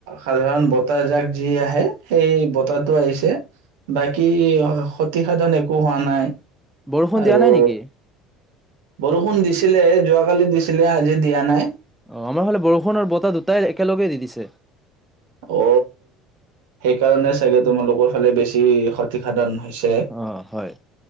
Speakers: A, on the right; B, in the centre.
A: সাধাৰণ বতাহ জাক যি আহে সেই বতাহটো আহিছে বাকী ক্ষতিসাধন একো হোৱা নাই।
B: বৰষুণ
A: আৰু
B: দিয়া নাই নেকি?
A: বৰষুণ দিছিলে, যোৱাকালি দিছিলে আজি দিয়া নাই।
B: অ আমাৰ ফালে বৰষুণ আৰু বতাহ দুটাই একেলগে দি দিছে।
A: অ, সেইকাৰণে চাগে তোমালোকৰ ফালে বেছি ক্ষতিসাধন - ছে
B: অ', হয়